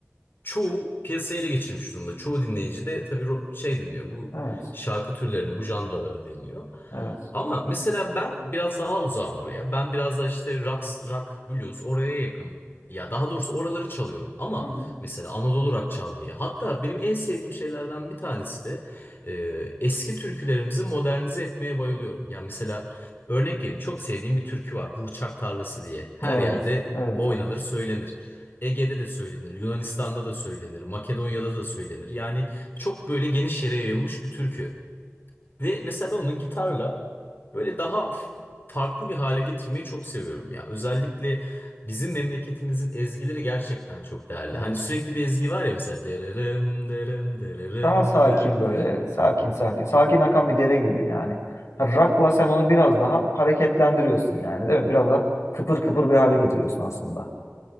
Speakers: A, on the left (about 45°); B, on the left (about 85°).
A: çoğu piyasayı ele geçirmiş durumda. Çoğu dinleyici de tabii ro- şey dinliyor. Bu
B: Evet,
A: şarkı türlerini, bu janraları dinliyor.
B: evet.
A: Ama mesela ben biraz daha uzağım oraya. Ben biraz da işte rock, rock, blues oraya yakın ya daha doğrusu oraları çalıyorum ama
B: Hı hı.
A: mesela Anadolu rock çalmayı hatta benim en sevdiğim şeylerden bir tanesi de e, eski türkülerimizi modernize etmeye bayılıyorum. Ya mesela örnek vereyim çok sevdiğim bir türkü var Burçak Tarlası diye. Her
B: Evet,
A: yerde
B: evet,
A: oynanır
B: evet,
A: söylenir. Ege'de de söylenir, Yunanistan'da da söylenir, Makedonya'da da söylenir. Yani çok böyle geniş yere yayılmış bir türkü. Ve mesela ben onu gitarla böyle daha f- farklı bir hale getirmeyi çok seviyorum ya. Özellikle bizim memleketimizin ezgileri gerçekten çok değerli.
B: evet.
A: Hani sürekli bir ezgi var ya mesela dırırım dırım dırırım
B: Daha sakin
A: dırım.
B: böyle, sakin sakin. Sakin akan bir dere gibi yani. Ha, Rock'la sen onu biraz daha hareketlendiriyorsun yani değil mi? Biraz daha kıpır kıpır bir hale getiriyorsun aslında.